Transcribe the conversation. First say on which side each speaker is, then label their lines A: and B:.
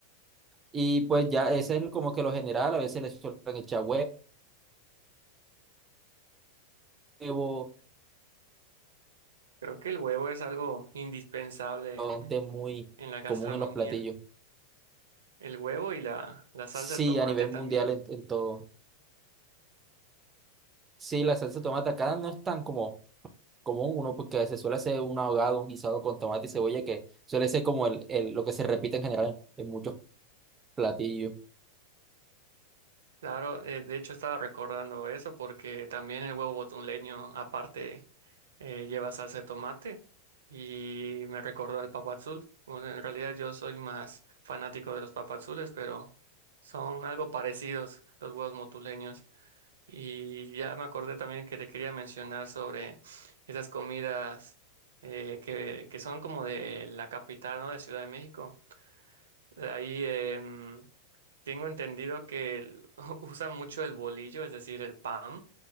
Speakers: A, on the right; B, on the right.
A: Y pues ya ese es como que lo general, a veces le suelen echar huevo
B: Creo que el huevo es algo indispensable
A: realmente muy
B: en la gastronomía.
A: común en los platillos.
B: El huevo y la, la salsa
A: Sí,
B: de tomate
A: a nivel
B: también.
A: mundial en, en todo. Sí, la salsa de tomate acá no es tan como común uno porque se suele hacer un ahogado, un guisado con tomate y cebolla que suele ser como el, el- lo que se repite en general en, muchos platillos.
B: Claro, eh, de hecho estaba recordando eso porque también el huevo botuleño aparte eh, lleva salsa de tomate y me recordó al papadzul. Bueno, en realidad yo soy más fanático de los papadzules, pero son algo parecidos los huevos botuleños. Y ya me acordé también que te quería mencionar sobre esas comidas eh, que, que son como de la capital, ¿no? De Ciudad de México. De ahí em, tengo entendido que el- <laughs> usan mucho el bolillo, es decir, el pan.